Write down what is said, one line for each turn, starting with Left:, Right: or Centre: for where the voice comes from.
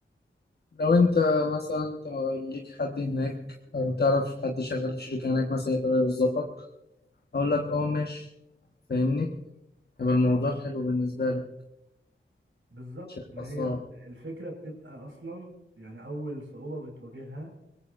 Left: لو انت مثلا انت ليك حد هناك او تعرف حد شغال في شركة هناك مثلا يقدر يوظفك اقول لك اه ماشي فاهمني هيبقى الموضوع حلو بالنسبة لك
Right: بالظبط
Left: مش هيبقى
Right: ما
Left: صعب
Right: هي ال- الفكرة بتبقى اصلا يعني اول صعوبة بتواجهها